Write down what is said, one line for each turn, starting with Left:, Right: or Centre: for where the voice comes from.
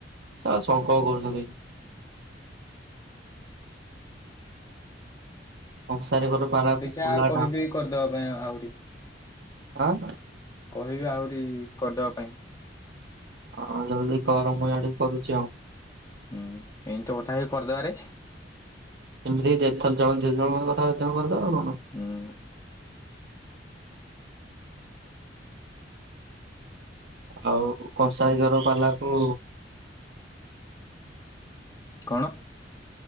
Right: ଆ ଶଙ୍ଖ କରୁଛନ୍ତି। କଂସାରୀ
Left: ଆଉ
Right: ଘର ପାରା
Left: ଦେଖିଆ
Right: ଫୁଲା
Left: ଆଉ କହିବି
Right: ଢା
Left: କରିଦବା ପାଇଁ ଆହୁରି।
Right: ଆଁ।
Left: କହିବି ଆହୁରି କରିଦବା ପାଇଁ।
Right: ହଁ ଜଲଦି କରେ ମୁଁ ଆଡେ କରୁଚି ଆଉ।
Left: ହୁଁ ଏମି ତ କଥା ହେଇ କରିଦବାରେ।
Right: ଏମିତିକି ଯେଥର ଜଣେ ଯେଜଣ ଙ୍କ ସହିତ କଥା ହବା କର୍ କରିଦବା ଆଉ କଣ?
Left: ହୁଁ
Right: ଆଉ କଂସାଇ ଘର ପାଲାକୁ
Left: କଣ?